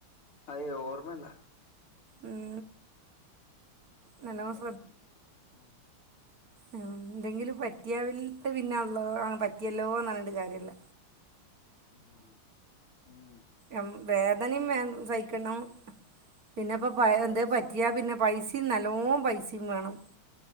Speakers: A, on the left (about 80°); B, on the right (about 45°).
A: അതെ ഓർമ്മല്ല
B: ഉം നല്ലോണം
A: നല്ല വേദനുണ്ട് ഉം
B: ആ എന്തെങ്കിലും പറ്റിയാവലിട്ട് പിന്നെ അല്ലോ പറ്റിയല്ലോ എന്നറഞ്ഞിട്ടു കാര്യല്ല
A: ആഹ് ഉം
B: അം വേദനയും സഹിക്കണം പിന്നെപ്പ പ
A: അത്
B: എന്ത്
A: ശെ
B: പറ്റിയ പിന്നെ പൈസ നല്ലോം പൈസേം വേണം